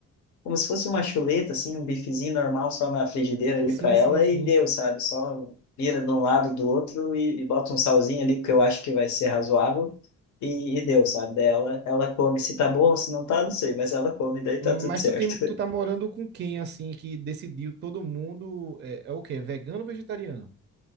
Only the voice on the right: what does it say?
Sim,
sim,
sim.
Mas
tu tem, tu tá morando com quem, assim, que decidiu todo mundo é, é o quê? É Vegano ou vegetariano?